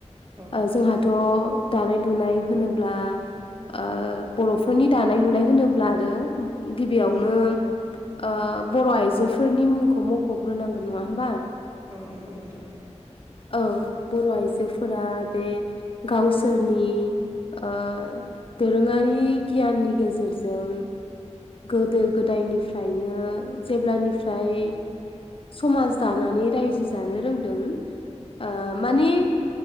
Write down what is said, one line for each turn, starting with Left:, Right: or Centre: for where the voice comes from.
Right: औ
Left: जोंहाथ' दानाय लुनाय होनोब्ला ओ बर'फोरनि दानाय लुनाय होनोब्ला आरो गिबियावनो
Right: औ
Left: ओ बर' आइजोफोरनि मुंखौ मख'ग्रोनांगोन नङा होमबा?
Right: औ नंगौ नोंथां
Left: औ बर' आइजोफोरा दे गावसोरनि ओ दोरोङारि गियाननि गेजेरजों गोदो गोदायनिफ्रायनो जेब्लानिफ्राय समाज दानानै रायजो जानो रोंदों ओ माने